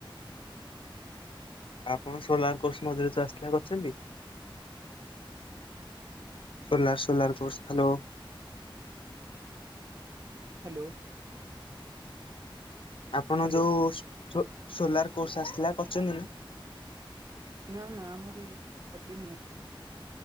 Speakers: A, on the left (about 75°); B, on the right (about 40°).
A: ଆପଣ ସୋଲାର କୋର୍ସ ମୋ ଦେହରେ ଚାଆସିଲ କରିଛନ୍ତି। ସୋଲାର ସୁୋଲାର କୋର୍ଶ୍ ଭଲୋ।
B: ହ୍ୟାଲୋ।
A: ଆପଣ
B: ହ୍ୟାଲୋ
A: ଯୋଉ ସ୍ ସୋ ସୋଲାର କୋର୍ସ ଆସିଥିଲା କରିଛନ୍ତି ନା?
B: ନା ନା ଆମର ଏ କରି ନୁଁ ଭା